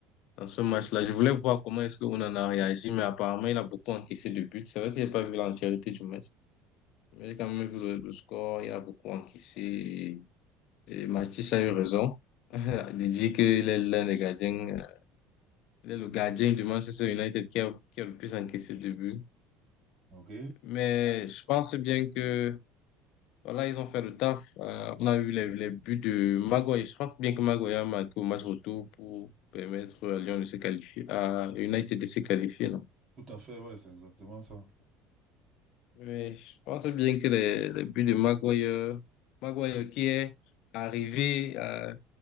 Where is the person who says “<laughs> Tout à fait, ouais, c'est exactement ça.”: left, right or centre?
Right